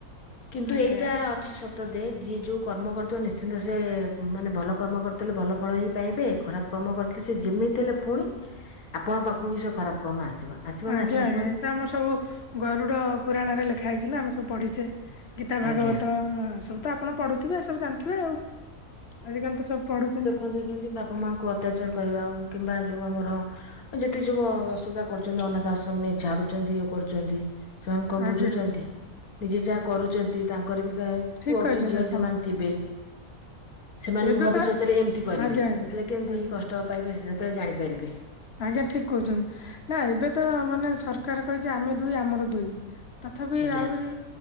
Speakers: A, on the left; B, on the left.
A: କିନ୍ତୁ
B: ଆଜ୍ଞା।
A: ଏଇଟା ଅଛି ସତ ଦେ ଯିଏ ଯୋଉ କର୍ମ କରୁଥିବ, ନିଶ୍ଚିନ୍ତ ସେ ମାନେ ଭଲ କର୍ମ କର ଥିଲେ ଭଲ ଫଳ ହିଁ ପାଇବେ। ଖରାପ କାମ କରିଥିଲେ ସେ ଯେମିତି ହେଲେ ଫୁଣି ଆପଣଙ୍କ ପାଖକୁ କି ସେ ଖରାପ କାମ ଆସିବ। ଆସିବ
B: ଆଜ୍ଞା
A: ନା ଆସିବନି
B: ଆଜ୍ଞା।
A: କୁହନି
B: ଏଇତ ଆମର ସବୁ ଗରୁଡ ପୁରାଣରେ ଲେଖା ହେଇଛି ନା ଆମେ ସବୁ ପଢିଚେ। ଗୀତା ଭାଗବତ
A: ଆଜ୍ଞା
B: ସବୁ ତ ଆପଣ ପଢୁଥିବେ ସବୁ ଜାଣିଥିବେ ଆଉ। ଆଜିକାଲି ତ ସବୁ ପଢୁଛନ୍ତି।
A: ଛନ୍ତି ବାପା <unintelligible> ମାଆଙ୍କୁ ଅତ୍ୟାଚାର କରିବା ଆଉ କିମ୍ବା ଯେଉଁ ଆମର ଯେତିକି ସବୁ ଅସୁବିଧା କରୁଛନ୍ତି। ଅନାଥ ଆଶ୍ରମ ନେଇ ଛାଡୁଛନ୍ତି ଇଏ କରୁଛନ୍ତି। ସେମାନେ କଣ
B: ଆଜ୍ଞା
A: ବୁଝୁଛନ୍ତି। ନିଜେ ଯାହା କରୁଛନ୍ତି ତାଙ୍କର ବି କେବେ
B: ଠିକ
A: ପୁଅ
B: କହିଛନ୍ତି
A: କି ଝିଅ
B: ଆପଣ
A: ସେମାନେ ଥିବେ। ସେମାନେ
B: ଏବେ
A: ବି ଭବିଷ୍ୟତରେ
B: ପା
A: ଏମିତି କରିବେ।
B: ଆଜ୍ଞା ଆଜ୍ଞା।
A: ସେଥିଲାଗି ତ ଏମତି
B: ଆଜ୍ଞା
A: କଷ୍ଟ ପାଇବେ ସେ ଯେତେବେଳେ ଜାଣିପାରିବେ।
B: ଆଜ୍ଞା ଠିକ କହୁଛନ୍ତି। ନା ଏବେ ତ ମାନେ ସରକାର କହିଚି ଆମେ ଦୁଇ ଆମର ଦୁଇ। ତଥାପି
A: ଆଜ୍ଞା
B: ଆହୁରି